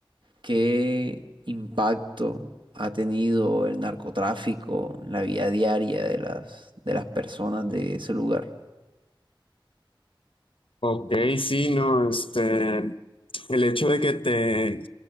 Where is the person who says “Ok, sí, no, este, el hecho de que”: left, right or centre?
Left